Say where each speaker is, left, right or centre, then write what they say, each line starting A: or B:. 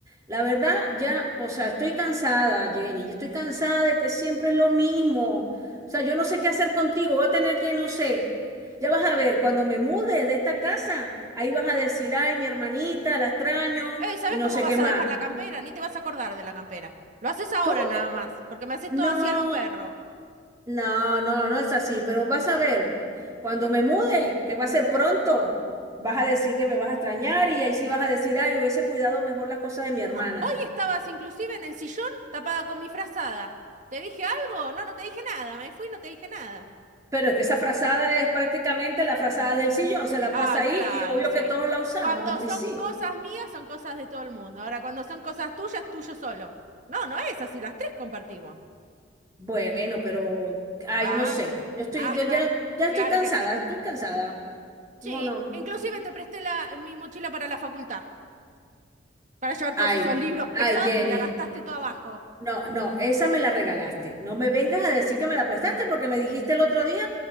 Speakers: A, on the right; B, on the right.
A: la verdad ya, o sea, estoy cansada, Jenny. Yo estoy cansada de que siempre es lo mismo. O sea, yo no sé qué hacer contigo. Voy a tener que, no sé, ya vas a ver, cuando me mude de esta casa, ahí vas a decir, ay, mi hermanita, la extraño
B: Eh, ¿sabes
A: y no
B: cómo
A: sé
B: vas
A: qué más.
B: a dejar la campera? Ni te vas a acordar de la campera. Lo haces ahora
A: ¿Cómo
B: nada
A: que?
B: más, porque me haces
A: No,
B: todo así a lo perro.
A: no, no, no es así, pero vas a ver, cuando me mude, que va a ser pronto, vas a decir que me vas a extrañar y ahí sí vas a decir, ay, hubiese cuidado mejor las cosas de mi
B: No,
A: hermana.
B: hoy estabas inclusive en el sillón tapada con mi frazada. ¿Te dije algo? No, no te dije nada. Me fui y no te dije nada.
A: Pero es que esa frazada es prácticamente la frazada del sillón, se la
B: Ah,
A: pasa ahí
B: claro,
A: y obvio
B: sí.
A: que todos la usamos,
B: Cuando son
A: y sí.
B: cosas mías, son cosas de todo el mundo. Ahora, cuando son cosas tuyas, tuyo solo. No, no es así, las tres compartimos.
A: Bueno, pero, ay,
B: Ah,
A: no sé, yo estoy,
B: ajá,
A: yo ya, ya
B: claro
A: estoy cansada,
B: que sí.
A: estoy cansada.
B: Sí,
A: No, no,
B: inclusive
A: no.
B: te presté la, mi mochila para la facultad, para llevar todos
A: ay,
B: esos libros
A: ay,
B: pesados
A: Jenny,
B: que me la gastaste todo abajo.
A: No, no, esa me la regalaste. No me vengas a decir que me la prestaste porque me dijiste el otro día,